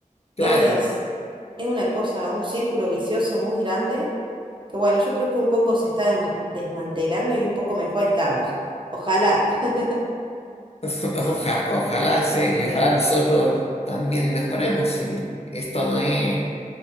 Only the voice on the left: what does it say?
Claro,
<laughs> oja- ojalá se y ojalá nosotros también mejoremos, sí. Esto no es,